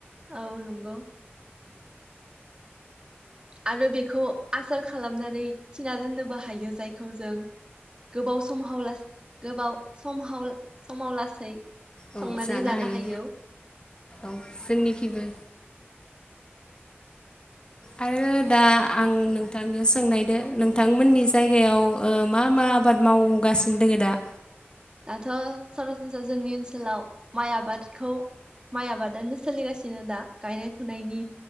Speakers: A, on the right; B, on the left.
A: औ नोंगौ। आरो बेखौ आसार खालामनानै थिना दोननोबो हायो जायखौ जों गोबाव सम हाव लासै गोबाव सम हाव समाव लासै
B: औ
A: संनानै जानो
B: हायो
A: हायौ।
B: औ जोंनिखिबो आरो दा आं नोंथांनियाव सोंनायदो नोंथांमोननि जायगायाव ओ मा मा आबाद मावगासिनो दोङो दा
A: दाथ' सरासनस्रा जोंनि ओनसोलाव माइ आबादखौ माइ आबादानो सोलिगासिनो दा गायनाय फुनायनि